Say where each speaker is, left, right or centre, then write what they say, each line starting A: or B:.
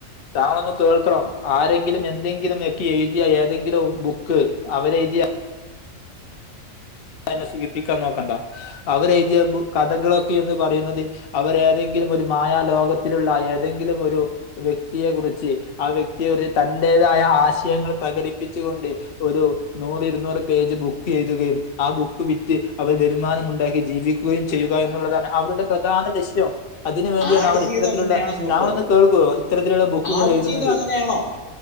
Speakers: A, on the left; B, on the left.
A: താങ്കൾ ഒന്ന് കേൾക്കണം. ആരെങ്കിലും എന്തെങ്കിലും ഒക്കെ എഴുതിയ ഏതെങ്കിലും ബുക്ക് അവരെ എഴുതിയ എന്നെ സൂഖിപ്പിക്കാൻ നോക്കണ്ട. അവരെ എഴുതിയ <unintelligible> കഥകളൊക്കെ എന്ന് പറയുന്നത് അവർ ഏതെങ്കിലും ഒരു മായാ ലോകത്തിലുള്ള ഏതെങ്കിലും ഒരു വ്യക്തിയെ കുറിച്ച് ആ വ്യക്തി ഒരു തന്റേതായ ആശയങ്ങൾ പ്രകടിപ്പിച്ചുകൊണ്ട് ഒരു നൂറ് ഇരുന്നൂറ് പേജ് ബുക്ക് എഴുതുകയും ആ ബുക്ക് വിറ്റ് അവർ വരുമാനം ഉണ്ടാക്കി ജീവിക്കുകയും ചെയ്യുക എന്നുള്ളതാണ് അവരുടെ പ്രധാന ലക്ഷ്യം. അതിന് വേണ്ടിയാണ്
B: ആടുജീവിതം
A: അവർ ഇത്തരത്തിലുള്ള
B: അങ്ങനെയാണോ സുഹൃത്തെ
A: താങ്കൾ ഒന്ന് കേൾക്കോ ഇത്തരത്തിലുള്ള ബുക്കുകൾ
B: ആടുജീവിതം
A: എഴുതുന്നത്.
B: അങ്ങനെയാണോ